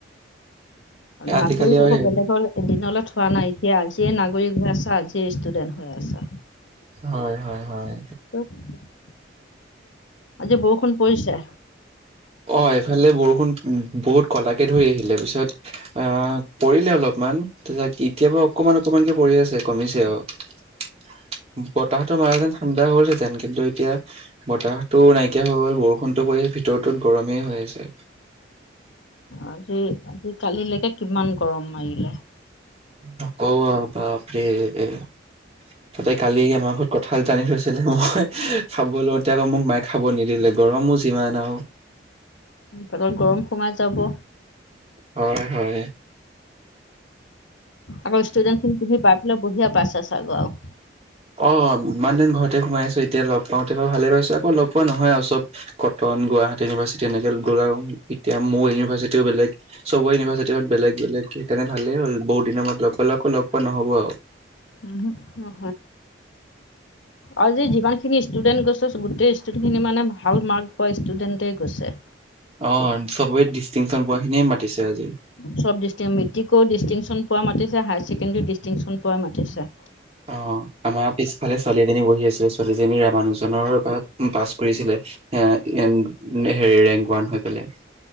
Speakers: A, on the right; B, on the left.
A: আজিকালি
B: নাগৰিক
A: আৰু
B: হব
A: সেই
B: বেলেগৰ - এদিনত হোৱা নাইকিয়া আজিয়েই নাগৰিক হৈ আছা আজিয়েই ষ্টুডেণ্ট হৈ আছা।
A: হয়-হয়-হয়,
B: ত <inaudible> আজি বৰষূণ পৰিছে?
A: অ', এইফালে বৰষুণ বহুত কলাকে ধৰি আহিলে পিছত - অ', পৰিলে অলপমান। তাৰপাছত এতিয়াৰ পৰা অকমান অকমানকে পৰি আছে কমিছে আৰু- বতাহতো মাৰাহেঁতেন ঠাণ্ডা হ'লহেঁতেন কিন্তু এতিয়া- বতাহতো নাইকিয়া হৈ গ'ল বৰষুণতো পৰি ভিতৰতো গৰমেই হৈ আছে।
B: আজি-আজি কালিলৈকে কিমান গৰম মাৰিলে?
A: নকব আৰু বাপৰে - তাতে কালি আমাৰ ঘৰত কঁঠাল এটা আনি থৈছিলে মই খাব লওঁতে আকৌ মোক মায়ে খাব নিদিলে গৰম- সিমানও <unintelligible>
B: পেটত গৰম সোমাই যাব।
A: হয়-হয়,
B: আগৰ ষ্টুডেণ্টখিনি পাই পেলাই তুমি বঢিয়া পাইছা চাগে আৰু-
A: অ ইমান দিন ঘৰতে সোমাই আছো এতিয়া লগ পাওঁতে বাৰু ভালেই পাইছো আকৌ লগ পোৱা নহয় আৰু চব- কটন গুৱাহাটী ইউনিভাৰ্চিটি এনেকে গ'ল আৰু এতিয়া মোৰ ইউনিভাৰ্চিটিও বেলেগ- চবে ইউনিভাৰ্চিটিত বেলেগ বেলেগ সেইকাৰণে ভালেই হ'ল বহুত দিনৰ মূৰত লগ পালোঁ আকৌ লগ পোৱা নহ'ব আৰু-
B: উম, উম আৰু যে যিমান খিনি- ষ্টুডেণ্ট গৈছে গোটেই ষ্টুডেণ্টখিনি মানে ভাল মাৰ্ক পোৱা ষ্টুডেণ্টেই গৈছে।
A: অ চবেই ডিষ্টিংচন পোৱা খিনিয়ে মাতিছে আজি।
B: চব দিছে মেট্ৰিকৰ ডিষ্টিংশচন পোৱা মাতিছে হায়াৰ ছেকেণ্ডেৰী ও ডিষ্টিংশ্যন পোৱা মাতিছে।
A: অ আমাৰ পিছফালে ছোৱালী এজনী বহি আছিল। ছোৱালীজনী ৰামানুজনৰ পা পাছ কৰিছিলে। হেৰি ৰেংক ওৱান হৈ পলে